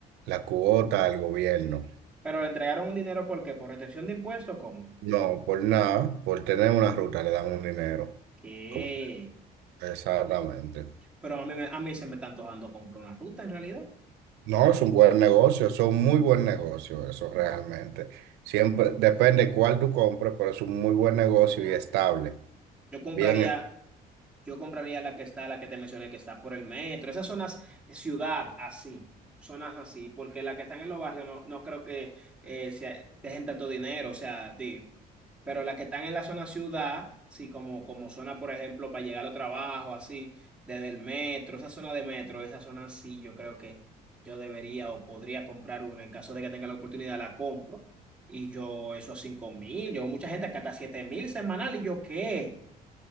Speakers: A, on the right; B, in the centre.
A: la cuota al gobierno.
B: Pero le entregaron un dinero ¿por qué? ¿Por retención de impuestos? ¿Cómo?
A: No, por nada, por tener una ruta le dan un dinero.
B: ¿Qué?
A: Como- exactamente.
B: Pero a mí, me- a mí se me está antojando comprar una ruta en realidad.
A: No, es un buen negocio, es un muy buen negocio, eso realmente. Siempre depende cuál tú compres, pero es un muy buen negocio y estable.
B: Yo compraría,
A: Bien, es-
B: yo compraría la que está, la que te mencioné, que está por el metro. Esas zonas eh, ciudad así. Zonas así, porque las que están en los barrios no, no creo que eh, sea- dejen tanto dinero. O sea, di- Pero las que están en la zona ciudad, sí, como, como zona, por ejemplo, para llegar al trabajo, así, desde el metro, esa zona de metro, esa zona sí, yo creo que yo debería o podría comprar una. En caso de que tenga la oportunidad, la compro. Y yo, esos cinco mil, yo, mucha gente que hasta siete mil semanal, y yo, ¿qué?